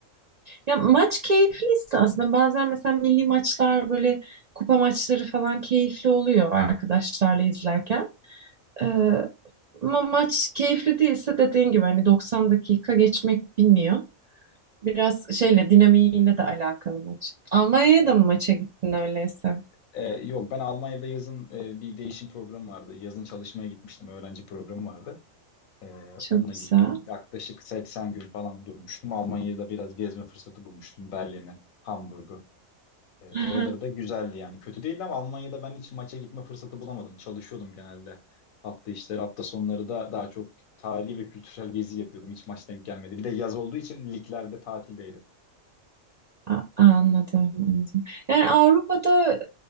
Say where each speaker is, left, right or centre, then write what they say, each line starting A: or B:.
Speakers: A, on the right; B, on the left.
A: Ya maç keyifliyse aslında bazen mesela milli maçlar böyle kupa maçları falan keyifli oluyor arkadaşlarla izlerken. E, ama maç keyifli değilse dediğin gibi hani 90 dakika geçmek bilmiyor. Biraz şeyle dinamiğiyle de alakalı maç. Almanya'ya
B: Evet.
A: da mı maça gittin öyleyse?
B: Ee, yok ben Almanya'da yazın e, bir değişim programı vardı. Yazın çalışmaya gitmiştim. Öğrenci programı vardı. Ee,
A: Çok
B: onunla
A: güzel.
B: gittim. Yaklaşık 80 gün falan durmuştum. Almanya'da biraz gezme fırsatı bulmuştum. Berlin'i, Hamburg'u. E, oraları
A: Aha,
B: da güzeldi yani. Kötü değildi ama Almanya'da ben hiç maça gitme fırsatı bulamadım. Çalışıyordum genelde. Hafta işleri, hafta sonları da daha çok tarihi ve kültürel gezi yapıyordum. Hiç maç denk gelmedi. Bir de yaz olduğu için liglerde tatildeydi.
A: A- Anladım, anladım. Yani Avrupa'da